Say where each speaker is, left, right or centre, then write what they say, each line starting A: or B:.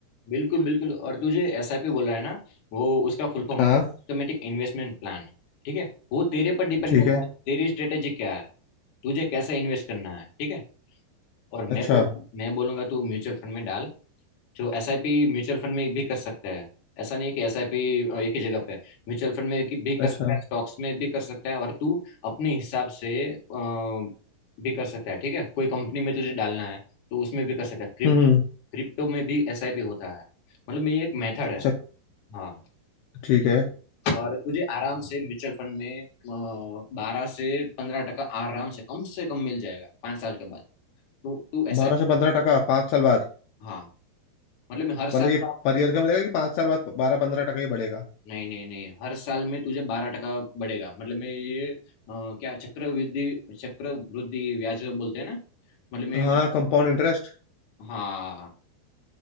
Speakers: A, on the left; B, on the left.
A: बिल्कुल बिल्कुल और तुझे एसआईपी बोल रहा है ना वो उसका फुल फॉर्म होता
B: हाँ
A: है सिस्टमेटिक इन्वेस्टमेंट प्लान ठीक है वो तेरे पर डिपेंड
B: ठीक
A: करता
B: है
A: है तेरी स्ट्रेटेजी क्या है तुझे कैसे इन्वेस्ट करना है ठीक है और मैं
B: अच्छा
A: बोलूंगा मैं बोलूंगा तू म्यूचुअल फंड में डाल जो एसआईपी म्यूचुअल फंड में भी कर सकता है ऐसा नहीं है कि एसआईपी एक ही जगह पे है। म्यूचुअल फंड में कि- भी कर
B: अच्छा
A: सकता है स्टॉक्स में भी कर सकता है और तू अपने हिसाब से अ, भी कर सकता है ठीक है कोई कंपनी में तुझे डालना है तो उसमें भी कर सकता है क्रिप,
B: हम्म
A: क्रिप्टो में भी एसआईपी होता है मतलब ये एक मेथड
B: अच्छा
A: है हाँ
B: ठीक है
A: और तुझे आराम से म्यूचुअल फंड में बारह से पंद्रह टका आराम से कम से कम मिल जाएगा पांच साल के बाद तो तू ऐसा
B: बारह से पंद्रह टका पाँच साल बाद
A: हाँ मतलब मैं हर साल
B: मतलब ये
A: का
B: पर ईयर का मिलेगा कि पाँच साल बाद बारह पंद्रह टका ही बढ़ेगा
A: नहीं नहीं नहीं हर साल में तुझे बारह टका बढ़ेगा मतलब मैं ये अ, क्या चक्रवृद्धि चक्रवृद्धि ब्याज बोलते हैं ना मतलब मैं
B: हाँ कंपाउंड इंटरेस्ट
A: हाँ